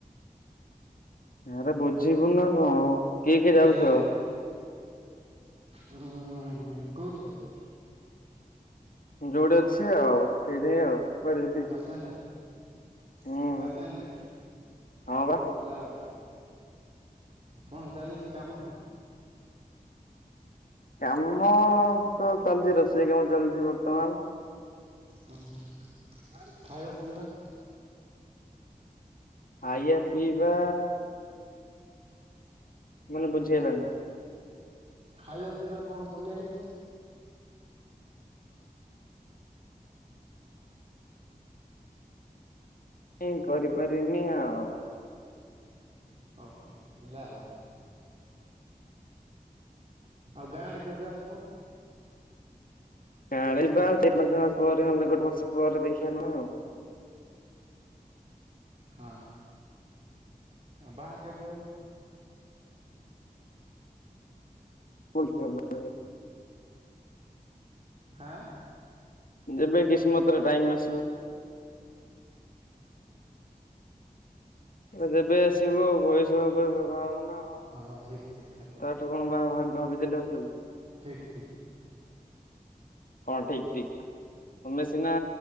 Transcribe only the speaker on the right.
ହେଲେ
ଉ କୋଉଠି ଏବେ?
ଦୋକାନରେ
ଦୋକାନରେ ହେଲା
ଆଉ। କଣ ଚାଲିଛି କାମ?
ହୁଁ ହୁଁ ଖାଇବା ପିଇବା?
ଖାଇବା ପିଇବା କଣ କଲେଣି?
ଓହ ହେଲା ଆଉ। ଆଉ ଗାଁ ଆଡେ କେବେ ଆସିବ?
ହଁ ହଁ ବାହା କେବେ ହବ?
ହାଁ
ହଁ ଠିକ ଠିକ ସେଟା
ଠିକ
ଠିକ ଠିକ।